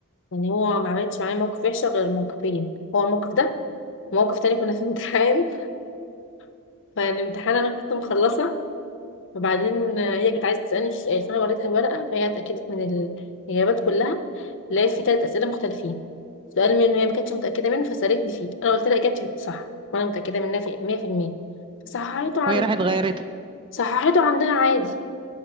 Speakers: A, on the left; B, on the right.
A: يعني هو ما عملتش معايا موقف وحشه غير موقفين هو الموقف ده وموقف تاني كنا في امتحان <laughs> فالامتحان انا كنت مخلصه وبعدين هي كانت عايزه تسالني في سؤال فانا وريتها الورقه فهي اتاكدت من الاجابات كلها لقيت فيه تلات اسئله مختلفين سؤال منه هي ما كانتش متاكده منه فسالتني فيه انا قلت لها اجابتي صح وانا متاكده منها في 100% صححته عندها
B: وهي راحت غيرته
A: صححته عندها عادي